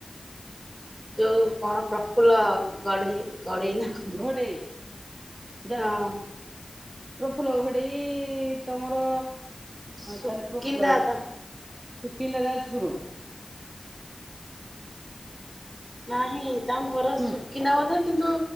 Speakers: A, on the right (about 20°); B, on the right (about 35°).
A: ଯଉ କଣ ପ୍ରଫୁଲ୍ଲ ଗଢେଇ ଗଡେଇ ନା କଣ
B: ଘଡ଼େଇ ଯା
A: ହଁ
B: ପ୍ର ଫୁଲ ଘଡି ତମର
A: ସୁକିନ୍ଦା
B: ତଳପୁରପଲ
A: ତା
B: ସୁକିନ୍ଦା ଦାସ ଗୁୁର
A: ନାହିଁ। ତାଙ୍କ ଘର
B: ହୁଁ
A: ଶୁଖିନା ବୋଧେ କିନ୍ତୁ